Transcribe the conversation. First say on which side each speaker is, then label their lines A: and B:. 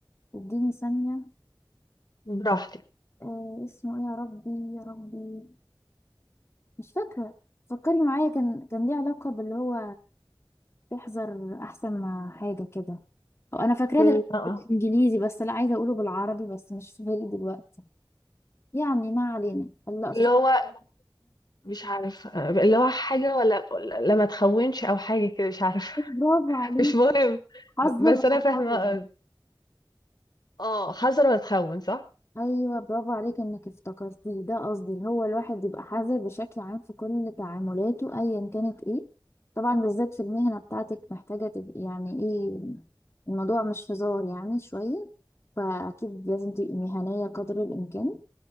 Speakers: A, on the left; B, on the left.
A: اديني ثانية
B: براحتك
A: اه اسمه ايه يا ربي يا ربي مش فاكرة فكري معايا كان كان ليه علاقة باللي هو تحذر احسن ما حاجه كده أو انا فاكراه
B: مم.
A: للأسف
B: اه
A: بالانجليزي بس لا عايزه اقوله بالعربي بس مش في بالي دلوقتي يعني ما علينا الله أصدق.
B: اللي هو مش عارف اللي هو حاجه ولا لا ما تخونش او حاجه كده مش عارف
A: برافو
B: <laughs>
A: عليك
B: مش مهم
A: حذر
B: بس
A: وحذر
B: انا فاهمه اه حذر ولا تخون صح
A: ايوه برافو عليك انك افتكرتيه ده قصدي اللي هو الواحد يبقى حذر بشكل عام في كل تعاملاته ايا كانت ايه طبعا بالذات في المهنه بتاعتك محتاجه تبقي يعني ايه الموضوع مش هزار يعني شويه فاكيد لازم تبقي مهنيه قدر الامكان